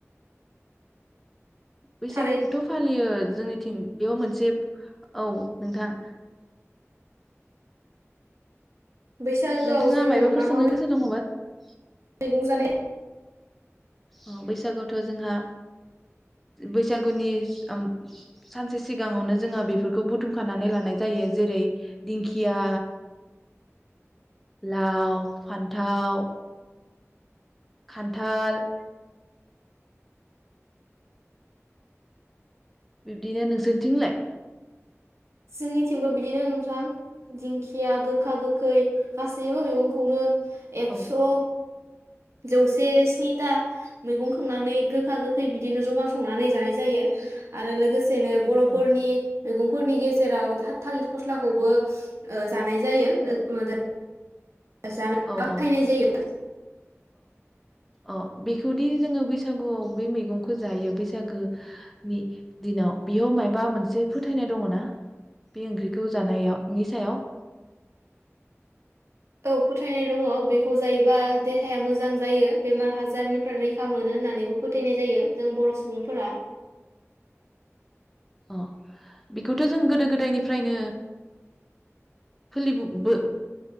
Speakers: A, in the centre; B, on the right.
A: बैसागुखौथ'
B: थारैनो
A: फालियो जोंनिथिं बेयाव मोनसे औ नोंथां।
B: बैसागोआव
A: नोंथाङा
B: जोङो
A: मायबाफोर
B: मा
A: सोंनो
B: मा
A: गोसो दङबा? <inaudible>
B: मैगं जानाय
A: अ बैसागुआवथ' जोंहा बैसागुनि उम सानसे सिगाङावनो जोंहा बेफोरखौ बुथुमखानानै लानाय जायो जेरै दिंखिया, लाव, फान्थाव खान्थाल बिब्दिनो, नोंसोरनिथिंलाय?
B: जोंनिथिंबो बिदिनो नोंथां दिंखिया गोखा गोखै गासैबो मैगंखौनो एकस'
A: औ
B: जौसे स्निथा मैगं खांनानै गोखा गोखै बिदिनो जमा संनानै जानाय जायो। आरो लोगोस सेनो बर'फोरनि
A: औ
B: मैगं फोरनि गेजेराव था थालिर फस्लाखौबो ओ जानाय जायो <unintelligible> <unintelligible>
A: औ
B: बाहायनाय
A: औ
B: जायो।
A: अ बेखौदि जोङो बैसागुआव बे मेगंखौ जायो बैसागोनि दिनाव बेयाव मायबा मोनसे फोथायनाय दङ ना बे ओंख्रिखौ जानाय नि सायाव?
B: औ फोथायनाय दङ बेखौ जायोबा देहाया मोजां जायो बेमार हाजारनिफ्राय रैखा मोनो होननानैबो फोथायनाय जायो जों बर' सुबुंफोरा।
A: अ बेखौथ' जों गोदो गोदायनिफ्रायनो फोलिबो